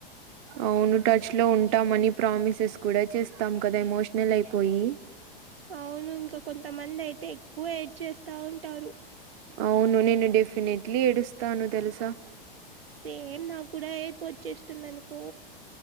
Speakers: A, on the right; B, on the right.
A: అవును టచ్లో ఉం టామనీ ప్రామిసెస్ కూడా చేస్తాం కదా ఎమోషనల్ అయిపోయి.
B: అవును ఇంక కొంతమందైతే ఎక్కువ ఏడ్చేస్తా ఉంటారు.
A: అవును నేను డెఫినెట్లీ ఏడుస్తాను తెలుసా!
B: సేమ్ నాక్కూడా ఏడుపొచ్చేస్తుందనుకో